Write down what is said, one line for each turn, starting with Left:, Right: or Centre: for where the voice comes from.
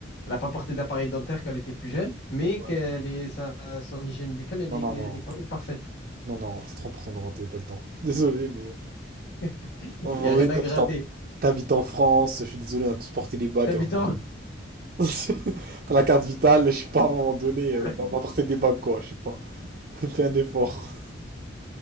Left: n'a pas porté d'appareil dentaire quand elle était plus jeune, mais
Right: Ouais.
Left: qu'elle est, sa, son hygiène buccale, elle
Right: Non,
Left: est,
Right: non,
Left: elle
Right: non.
Left: est par- parfaite.
Right: Non, non, c'est trop important d'inventer pas le temps. Je suis désolé, mais...
Left: <laughs> Il
Right: À un moment
Left: n'y a rien
Right: donné, t'habites
Left: à gratter.
Right: en... t'habites en France, je suis désolé, on a tous porté des bagues
Left: T'habitant.
Right: à un moment donné. <laughs> T'as la carte vitale, je sais pas, à un moment donné,
Left: <laughs>
Right: euh, on va porter des bagues, quoi, je sais pas. <laughs> Fais un effort.